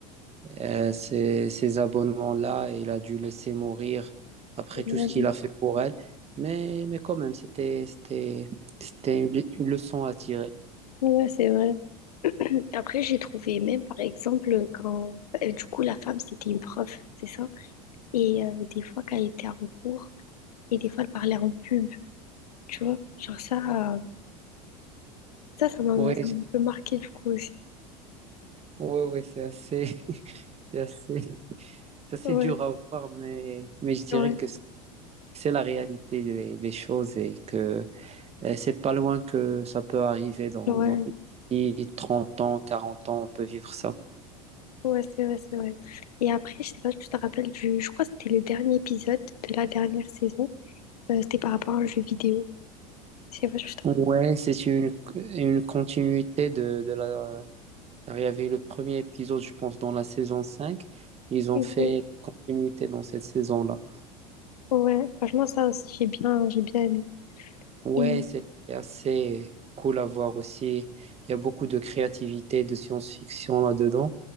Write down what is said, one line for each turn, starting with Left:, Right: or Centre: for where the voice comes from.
Right: euh, ces, ces abonnements-là et il a dû laisser mourir après
Left: D'ailleurs,
Right: tout ce qu'il a fait pour elle. Mais, mais quand même, c'était, c'était, c'était une, une leçon à tirer.
Left: Ouais, c'est vrai. Après, j'ai trouvé même, par exemple, quand bah, du coup la femme, c'était une prof, c'est ça? Et euh, des fois, quand elle était en cours, et des fois, elle parlait en pub, tu vois. Genre ça, euh, ça, ça m'a
Right: Oui,
Left: ça m'a un peu marqué du coup aussi.
Right: ouais, ouais, c'est assez, <laughs> c'est assez, c'est assez
Left: Ouais,
Right: dur à voir, mais, mais je dirais
Left: ouais,
Right: que c'est la réalité des, des choses et que euh, c'est pas loin que ça peut arriver dans,
Left: ouais,
Right: dans trente ans, 40 ans, on peut vivre ça.
Left: ouais, c'est vrai, c'est vrai. Et après, je sais pas si tu te rappelles du, je crois que c'était le dernier épisode de la dernière saison. Euh, c'était par rapport à un jeu vidéo. Je sais pas si tu te
Right: Ouais, c'est une, une continuité de, de la... Car il y avait le premier épisode, je pense, dans la saison 5. Ils ont
Left: rappelles.
Right: fait
Left: Mhm.
Right: continuité dans cette saison-là.
Left: Ouais, franchement, ça aussi, j'ai bien, j'ai bien aimé.
Right: Ouais,
Left: Et
Right: c'est assez cool à voir aussi. Il y a beaucoup de créativité, de science-fiction là-dedans.